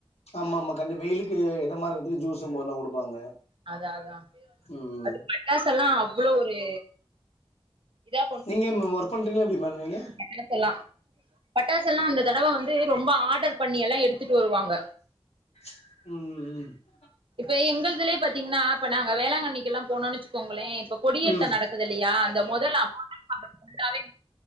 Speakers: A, on the left; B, on the right.
A: ஆமா ஆமா கண்டிப்பா வெயிலுக்கு எதமா இருக்கறதுக்கு ஜூஸு மோர்லா குடுப்பாங்க
B: அதா அதா
A: ம்
B: அது பட்டாஸ் எல்லா அவ்ளோ ஒரு இதா
A: நீங்க என் ஒர்க் பண்றீங்க்ளா எப்படி மேம் நீங்க?
B: இன் இப்பெல்லாம் பட்டாசெல்லா இந்த தடவ வந்து ரொம்ப ஆடர் பண்ணி எல்லா எடுத்துட்டு வருவாங்க.
A: ம் ம்..
B: இப்ப எங்கள்துலே பாத்தீங்ன்னா இப்ப நாங்க வேளாங்கண்ணிக்கெல்லா போனோன் எச்சுக்கோங்களே இப்பொ.. கொடியத்த
A: ம்
B: நடக்குது இல்லையா அந்த மொதல் <unintelligible> ஃபுல்லாவே